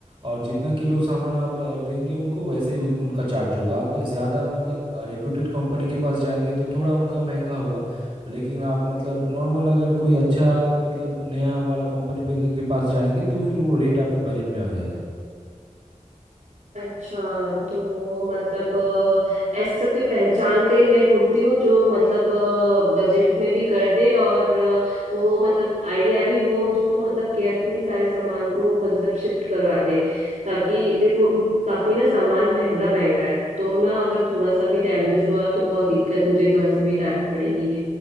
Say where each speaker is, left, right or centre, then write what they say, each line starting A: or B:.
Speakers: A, on the right (about 40°); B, on the right (about 60°).
A: और जितना किलो सामान आप अ, देंगे उनको वैसे ही उन- उनका चार्ज होगा आप ज़्यादा मतलब रेप्यूटेड कंपनी के पास जाएंगे तो थोड़ा उनका महंगा होगा लेकिन आप मतलब नॉर्मल अगर कोई अच्छा मतलब नया वाला कंपनी पे के के पास जाएंगे तो फिर वो रेट आपके बजट में आ जाएगा
B: अच्छा तो मतलब अ, ऐसा कोई पहचान का ही मैं ढूंढती हूँ जो मतलब बजट में भी कर दे और अ, वो मतलब आइडिया भी हो उसको मतलब केयरफुली सारे सामान को मतलब शिफ्ट करवा दे ताकि देखो उम, काफी ना सामान महंगा महंगा है तो ना अगर थोड़ा सा भी डैमेज हुआ तो बहुत दिक्कत मुझे घर से भी डांट पड़ेगी